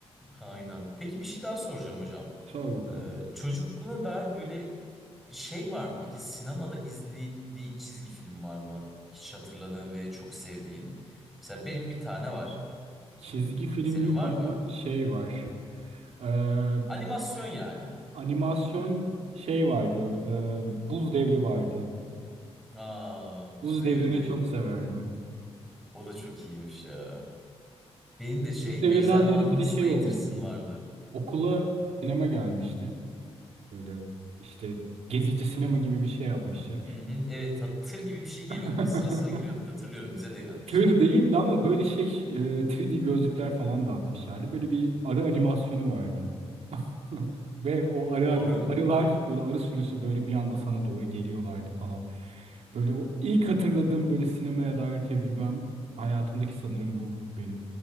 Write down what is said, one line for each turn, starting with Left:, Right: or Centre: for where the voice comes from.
Centre: Aynen. Peki bir şey daha soracağım hocam.
Right: Sor bakalım.
Centre: Ee, çocukluğuna dair böyle şey var mı peki? Sinemada izlediğin çizgi film var mı? Hiç hatırladığın ve çok sevdiğin. Mesela benim bir tane var.
Right: Çizgi film
Centre: Senin
Right: yok
Centre: var
Right: ama
Centre: mı?
Right: şey var. Ee,
Centre: Animasyon yani.
Right: animasyon şey vardı. ee, Buz Devri vardı.
Centre: Aa, bu
Right: Buz
Centre: zevri
Right: Devri'ni
Centre: de
Right: çok severdim.
Centre: o da çok iyiymiş ya. Benim de şey
Right: Buz Devri'nden
Centre: Ejderhanı
Right: ziyade bir
Centre: Nasıl
Right: de şey
Centre: Eğitirsin
Right: olmuştu.
Centre: vardı.
Right: Okula sinema gelmişti. Böyle işte gezici sinema gibi bir şey yapmışlar.
Centre: Hı hı, evet ha- tır gibi bir şey geliyordu.
Right: <laughs>
Centre: Sıra sıra giriyorduk hatırlıyorum bize de gelmişti.
Right: Tır değildi ama böyle şey e, 3D gözlükler falan dağıtmışlardı. Böyle bir arı animasyonu vardı. <laughs> Ve o arı hani-
Centre: Arı mı?
Right: arılar böyle arı sürüsü böyle bir anda sana doğru geliyorlardı falan. Böyle o ilk hatırladığım böyle sinemaya dair tecrübem hayatımdaki sanırım bu benim.